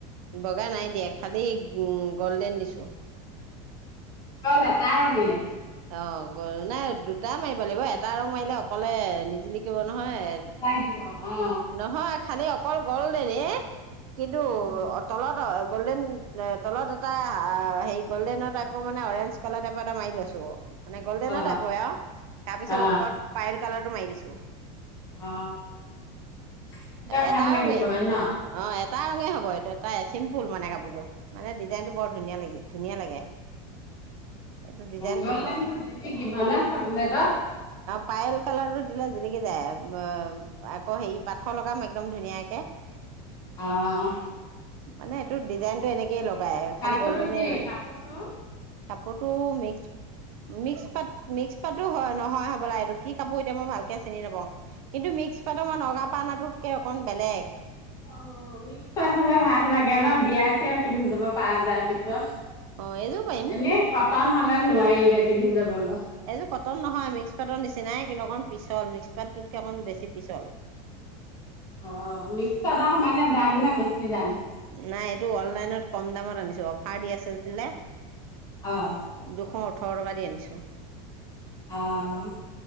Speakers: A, on the right; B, on the left.
A: বগা নাই দিয়া খালি উম গল্ডেন দিছো।
B: অকল এটা ৰঙে
A: অ গ নাই দুটা মাৰিব লাগিব, এটা ৰং মাৰিলে অকলে নিজিলিকিব নহয়,
B: ভাল নালাগিব অ
A: নহয় খালি কল, গলদেনে কিন্তু
B: উম
A: অ' তলত অ' গ'ল্ডেন তলত এটা হেৰি গ'ল্ডেনৰ টাইপৰ মানে অৰেঞ্জ কালাৰ টাইপৰ এটা মাৰি লৈছো। অ'। মানে গ'ল্ডেনৰ
B: অ
A: টাইপৰে আৰু তাৰপিছত
B: অ
A: ওপৰত পাইল কালাৰটো মাৰি দিছো।
B: অ তেতিয়া
A: এটা
B: ভাল লাগিব
A: ৰঙে
B: ন
A: অ', এটা ৰঙে হ'ব, এইটো এটাই চিম ফুল মানে কাপোৰযোৰ। মানে ডিজাইনটো বৰ ধুনীয়া লাগে, ধুনীয়া লাগে। এইটো ডিজাইন
B: গল্ডেনটো
A: অ'
B: জিলিকিব ন চকলেটত
A: পায়ল কালাৰটো দিলে জিলিকি যায় অ' আকৌ হেৰি পাথৰ লগাম একদম ধুনীয়াকে
B: অহ।
A: মানে এইটো ডিজাইনটো এনেকে লগ পাই খালি
B: কাপোৰটো
A: গ'ল্ডেনে
B: কি
A: মানে
B: কাপোৰটো
A: কাপোৰটো মিক্স মিক্স পাত, মিক্স পাতো হয়, নহয় হ'বলা এইটো কি কাপোৰ এতিয়া মই ভালকে চিনি নাপাও। কিন্তু মিক্স পাটৰ মই নগা পা অনাটোতকে অকণ বেলেগ
B: অ' মিক্স পাট হ'লে ভাল লাগে ন বিয়াত সেয়াই। পিন্ধি যাব পৰা যায় পিছত
A: অ এইযোৰ পাৰিম
B: এনে পাট টান হ'লে নোৱাৰিলে পিন্ধি যাবলৈ
A: এইযোৰ কটন নহয়, মিক্স পাতৰ নিচিনাই কিন্তু অকণ পিছল মিক্স পাতটোতকে অকণ বেছি পিছল।
B: অ' মিক্স পাটৰ সমানে দাম নে বেছি দাম?
A: নাই এইটো অনলাইনত কম দামত আনিছো অফাৰ দি আছিলে।
B: অ'
A: দুশ ওঠৰ ওঠৰ টকা দি আনিছো।
B: অহ।